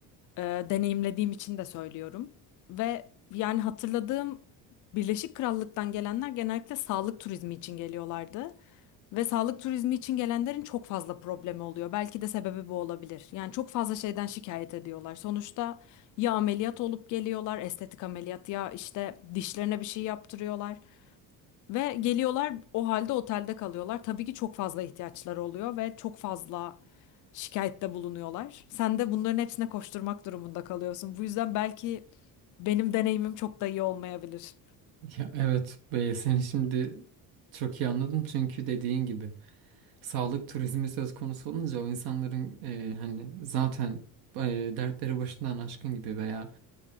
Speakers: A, on the left; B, on the right.
A: e, deneyimlediğim için de söylüyorum. Ve yani hatırladığım Birleşik Krallık'tan gelenler genellikle sağlık turizmi için geliyorlardı. Ve sağlık turizmi için gelenlerin çok fazla problemi oluyor. Belki de sebebi bu olabilir. Yani çok fazla şeyden şikayet ediyorlar. Sonuçta ya ameliyat olup geliyorlar, estetik ameliyat ya işte dişlerine bir şey yaptırıyorlar. Ve geliyorlar o halde otelde kalıyorlar. Tabii ki çok fazla ihtiyaçları oluyor ve çok fazla şikayette bulunuyorlar. Sen de bunların hepsine koşturmak durumunda kalıyorsun. Bu yüzden belki benim deneyimim çok da iyi olmayabilir.
B: Ya evet, be, seni şimdi çok iyi anladım çünkü dediğin gibi sağlık turizmi söz konusu olunca o insanların e, hani zaten e, dertleri başından aşkın gibi veya